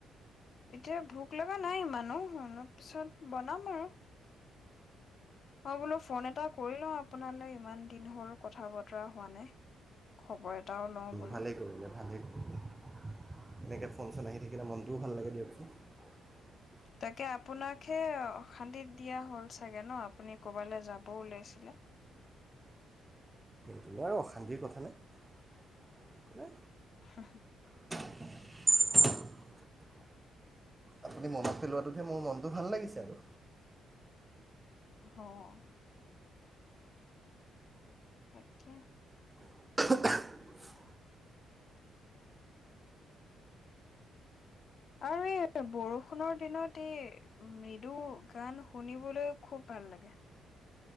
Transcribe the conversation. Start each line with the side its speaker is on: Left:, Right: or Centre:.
Left: এতিয়া ভোক লগা নাই মানুহ অলপ পিছত বনাম আৰু অঁ বোলো ফোন এটা কৰি ল আঁ আপোনালৈ ইমান দিন হ'ল কথা বতৰা হোৱা নাই খবৰ এটাও লওঁ বোলো
Right: ভালেই কৰিলে ভালেই কৰিলে এনেকৈ ফোন চোন আহি থাকিলে মনটোও ভাল লাগে দিয়ক <unintelligible>
Left: তাকে আপোনাক হে অশান্তিত দিয়া হ'ল চাগে ন আপুনি ক'ৰবালৈ যাবও ওলাইছিলে
Right: ত আৰু অশান্তিৰ কথা নাই
Left: হুহু
Right: <inaudible> আপুনি মনত পেলোৱাটোতহে মোৰ মনটো ভাল লাগিছে আৰু
Left: অঁ তাকে
Right: <inaudible>
Left: আৰু এই বৰষুণৰ দিনত এই মৃদু গান শুনিবলৈও খুব ভাল লাগে